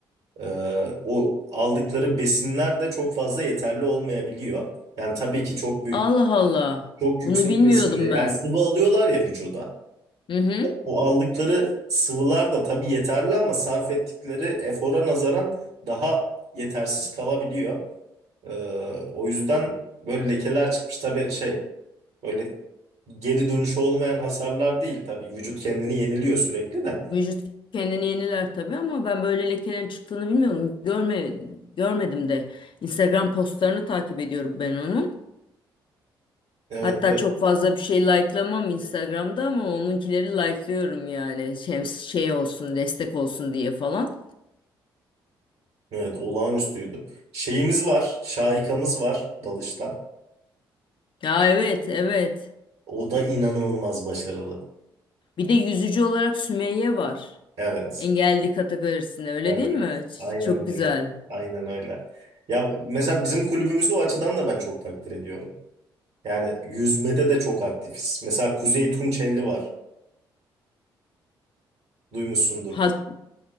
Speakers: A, on the right; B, on the left.
A: E, o aldıkları besinler de çok fazla yeterli olmayabiliyor. Yani tabii ki çok büyük,
B: Allah Allah.
A: çok
B: Bunu
A: yüksek
B: bilmiyordum
A: besinde. Yani
B: ben.
A: sıvı alıyorlar ya vücuda.
B: Hı hı.
A: O aldıkları sıvılar da tabii yeterli ama sarf ettikleri efora nazaran daha yetersiz kalabiliyor. E, o yüzden böyle lekeler çıkmış. Tabii şey. Böyle geri dönüşü olmayan hasarlar değil. Tabii vücut kendini yeniliyor sürekli de.
B: Vücut kendini yeniler tabii ama ben böyle lekelerin çıktığını bilmiyorum. Görme, görmedim de. Instagram postlarını takip ediyorum ben onun.
A: Evet,
B: Hatta
A: evet.
B: çok fazla bir şey likelamam Instagram'da ama onunkileri likelıyorum yani. Şey, şey olsun, destek olsun diye falan.
A: Evet, olağanüstüydü. Şeyimiz var, şahikamız var dalışta.
B: Ya evet, evet.
A: O da inanılmaz başarılı.
B: Bir de yüzücü olarak Sümeyye var.
A: Evet,
B: Engelli kategorisinde öyle
A: evet.
B: değil mi? Ç-
A: Aynen
B: çok güzel.
A: öyle. Aynen öyle. Ya mesela bizim kulübümüzü o açıdan da ben çok takdir ediyorum. Yani yüzmede de çok aktifiz. Mesela Kuzey Tunçelli var. Duymuşsundur
B: Halk
A: mu?